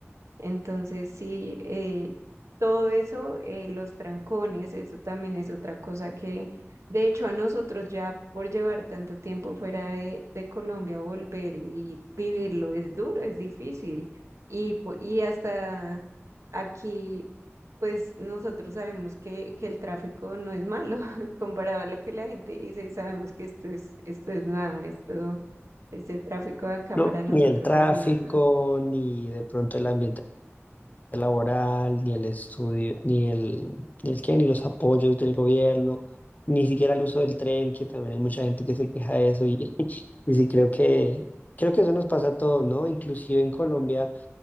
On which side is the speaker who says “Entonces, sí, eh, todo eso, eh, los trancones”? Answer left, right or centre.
Right